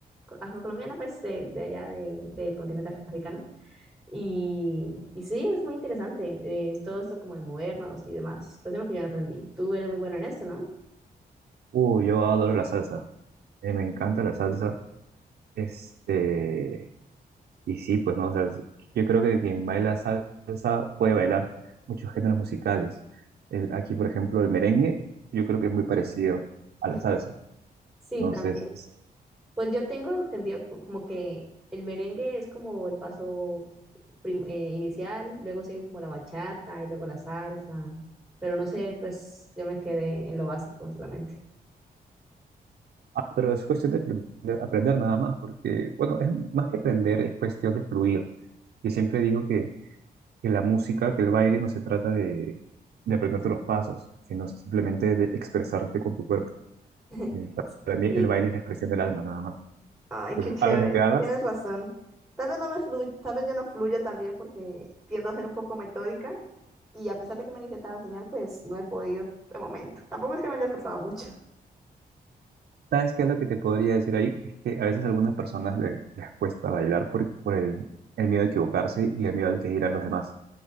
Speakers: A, in the centre; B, on the right.
A: afrocolombiana, pues de, de allá de- del continente af- africano. Y, y sí, es muy interesante, eh, es todo esto como de movernos y demás. Pues tema que yo no aprendí. Tú eres muy bueno en esto, ¿no?
B: Uy, yo adoro la salsa. Eh, me encanta la salsa. Este, Y sí, pues no, o sea, sí, yo creo que quien baila salsa puede bailar muchos géneros musicales. El- aquí, por ejemplo, el merengue, yo creo que es muy parecido a
A: <laughs>
B: la salsa.
A: Sí,
B: Entonces,
A: también.
B: es-
A: Pues yo tengo entendido co- como que el merengue es como el paso prim- eh, inicial, luego sigue como la bachata y luego la salsa, pero no sé, pues yo me quedé en lo básico solamente.
B: ah, pero es cuestión de aprender, aprender nada más, porque, bueno, es más que aprender, es cuestión de fluir. Yo siempre digo que, que la música, que el baile no se trata de, de aprenderte los pasos, sino simplemente de expresarte con tu cuerpo.
A: <laughs>
B: Eh, Para mí,
A: Sí.
B: el baile es la expresión del alma, nada más.
A: Ay,
B: Entonces,
A: qué chévere.
B: hagas lo que hagas
A: Tienes razón. Tal vez no me flu- tal vez yo no fluyo también porque tiendo a ser un poco metódica y a pesar de que me han intentado enseñar, pues no he podido de momento. Tampoco es que me haya esforzado mucho.
B: ¿Sabes qué es lo que te podría decir ahí? Es que a veces a algunas personas le- les cuesta bailar por, por el, el miedo a equivocarse y el miedo al que dirán los demás.